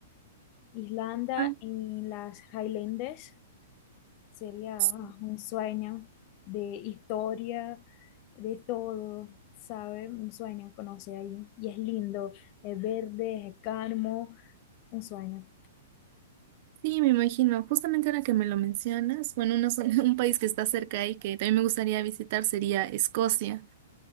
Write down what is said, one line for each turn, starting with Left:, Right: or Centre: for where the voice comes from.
Left: Islanda
Right: Ah,
Left: en las Highlands sería
Right: Sí,
Left: ah, un sueño de historia, de todo, ¿sabe? Un sueño conocer ahí. Y es lindo, es verde, es calmo, un sueño.
Right: Sí, me imagino. Justamente ahora que me lo mencionas, bueno, una zona- <laughs> un país que está cerca y que también me gustaría visitar sería Escocia.